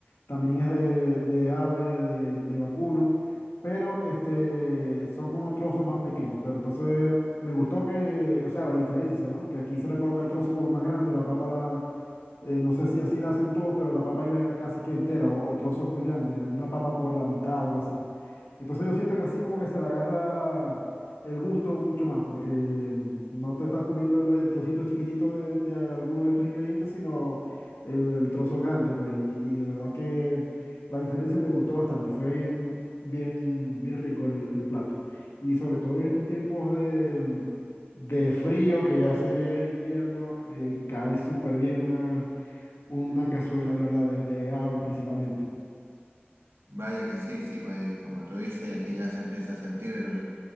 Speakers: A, on the left; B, on the right.
A: También es de, de ave, de, de vacuno. pero este, son como trozos más pequeños. Pero entonces me gustó que, o sea, la diferencia, ¿no? Que aquí se le coloca el trozo como más grande, la papa la, eh, no sé si así la hacen todos, pero la papa iba casi que entera o, o trozos muy grandes, una papa por la mitad, algo así. Entonces yo siento que así como que se le agarra el gusto mucho más, porque mm, no te estás comiendo el, el trocito chiquitito de, de alguno de estos ingredientes, sino el, el trozo grande, pues, y, y de verdad que la diferencia me gustó bastante, fue bien, bien, bien rico el, el plato. Y sobre todo en estos tiempos de, de frío, que ya se viene el invierno, eh, cae súper bien una, una cazuela de verdad, de, de ave principalmente.
B: Vaya que sí, sí, pues eh, como tú dices, aquí ya se empieza a sentir el,